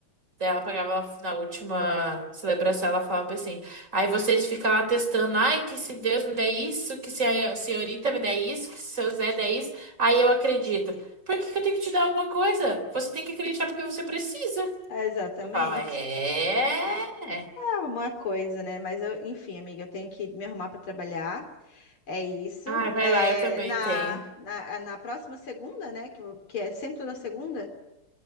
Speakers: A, on the right (about 35°); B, on the left (about 80°).
A: Daí ela pegava na última celebração, ela falava bem assim. Aí vocês ficam lá testando, ai, que se Deus me der isso, que se a senhorita me der isso, que se seu Zé der isso, aí eu acredito. Por que que eu tenho que te dar alguma coisa? Você tem que acreditar porque você precisa.
B: exatamente.
A: Eu falava, é.
B: É uma coisa, né? Mas eu, enfim, amiga, eu tenho que me arrumar para trabalhar. É isso.
A: Ai, vai
B: É,
A: lá, eu também
B: na,
A: tenho.
B: na, na próxima segunda, né? Que, que é sempre toda segunda.